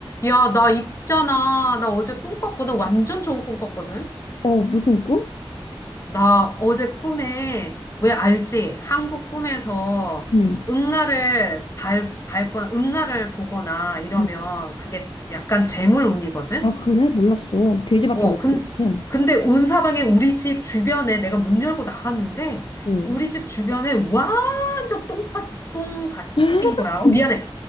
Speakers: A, on the left; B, on the left.
A: 야, 나 있잖아. 나 어제 꿈 꿨거든. 완전 좋은 꿈 꿨거든.
B: 어, 무슨 꿈?
A: 나 어제 꿈에, 왜 알지? 한국 꿈에서
B: 응.
A: 응아를 밟, 밟거나, 응아를 보거나 이러면
B: 음.
A: 그게 약간 재물운이거든?
B: 아, 그래? 몰랐어. 돼지밖에
A: 어,
B: 몰랐어.
A: 근,
B: 응.
A: 근데 온 사방에 우리 집 주변에 내가 문 열고 나갔는데,
B: 어.
A: 우리 집 주변에 완전 똥밭똥 받친
B: <laughs>
A: 거야.
B: 진-
A: 어, 미안해.